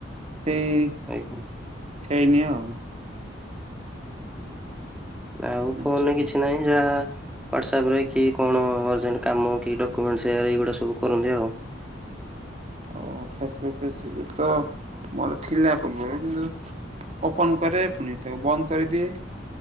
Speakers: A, on the right (about 35°); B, in the centre.
A: ସେଇ
B: ନାଇଁ ଘୁହୂ
A: ହେଇନି ଆଉ
B: ଆଉ
A: ଆଚ୍ଛା।
B: ଫୋନରେ କିଛି ନାଇଁ ଯାହା ହ୍ୱାଟ୍ସଅପ୍ ରେ କି କଣ ଅର୍ଜେଣ୍ଟ କାମ କି ଡକ୍ୟୁମେଣ୍ଟ ସେୟାର ଏଇଗୁଡ଼ା ସବୁ କରନ୍ତି ଆଉ।
A: ଓ ଫେସବୁକ୍ ଫେସବୁକ୍ ତ ମୋର ଥିଲା ପୂର୍ବରୁ କିନ୍ତୁ ଓପନ୍ କରେ ଫୁଣି ତାକୁ ବନ୍ଦ କରିଦିଏ।